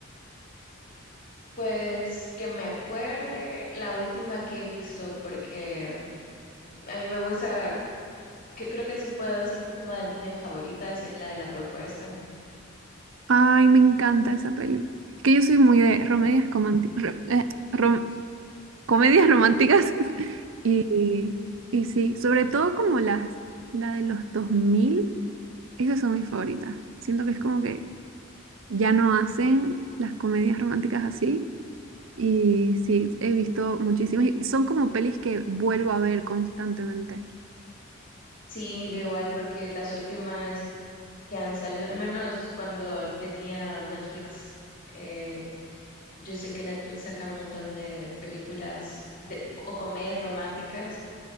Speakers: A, on the left; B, on the right.
A: Pues que me acuerde la última que he visto, porque a mí me gusta, que, creo que sí puedo decir que es una de, de mis favoritas, es la de la propuesta.
B: Ay, me encanta esa peli. Es que yo soy muy de comedias cománti- ro- eh, rom- comedias románticas. <laughs> Y, y sí, sobre todo como las, la de los 2000 esas son mis favoritas. Siento que es como que ya no hacen las comedias románticas así. Y sí, he visto muchísimas. Y son como pelis que vuelvo a ver constantemente.
A: Sí, yo igual, porque las últimas que han salido, al menos cuando tenía Netflix, eh, yo sé que Netflix saca un montón de películas de- o comedias románticas,